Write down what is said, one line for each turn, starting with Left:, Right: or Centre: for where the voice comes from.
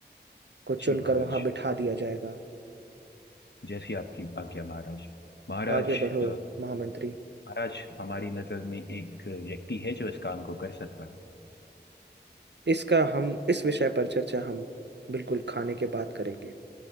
Right: को चुनकर
Left: जी महाराज
Right: वहां बिठा दिया जाएगा
Left: जैसी आपकी आज्ञा महाराज महाराज
Right: आगे बढ़ो
Left: अ,
Right: महामंत्री
Left: महाराज हमारी नजर में एक व्यक्ति है जो इस काम को कर सकता है
Right: इसका हम इस विषय पर चर्चा हम बिल्कुल खाने के बाद करेंगे